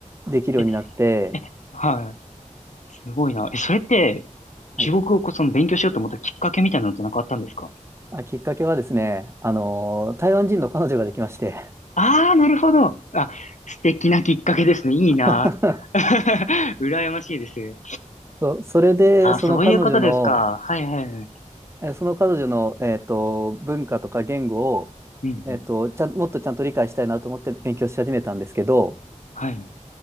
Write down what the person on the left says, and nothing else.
ええはい。すごいな。え、それって、
中国語をその勉強しようと思ったきっかけみたいなのってなんかあったんですか
ああー、なるほど。あ、素敵なきっかけですね。いいな。
<laughs> 羨ましいです。
ああ、そういうことですか。はいはいはい。
うんうん。
はい。